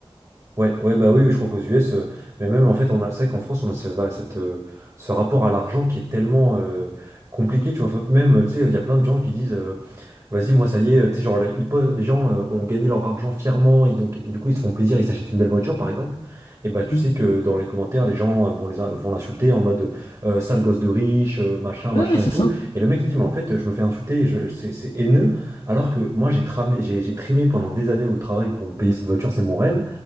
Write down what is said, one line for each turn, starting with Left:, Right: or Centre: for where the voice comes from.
Right: Ouais, ouais, bah oui, oui, je crois qu'aux US, euh, mais même en fait, on a, c'est vrai qu'en France, on a ce, va- cette, euh, ce rapport à l'argent qui est tellement euh, compliqué, tu vois. Enfin, Même, euh, tu sais, il y a plein de gens qui disent. euh, Vas-y, moi, ça y est, euh, tu sais, genre, les ils po- les gens euh, ont gagné leur argent fièrement, et donc, et du coup, ils se font plaisir, ils s'achètent une belle voiture, par exemple. Et bah, tu
Left: Mm.
Right: sais que dans les commentaires, les gens euh, vont les, in- vont l'insulter en mode euh, sale gosse de riche, euh, machin,
Left: Ouais,
Right: machin
Left: c'est
Right: et tout.
Left: ça.
Right: Et le mec, il dit, mais en fait, je me fais insulter, je- c'est c'est haineux, alors que moi, j'ai tramé, j'ai j'ai trimé pendant des années au travail pour me payer cette voiture, c'est mon rêve.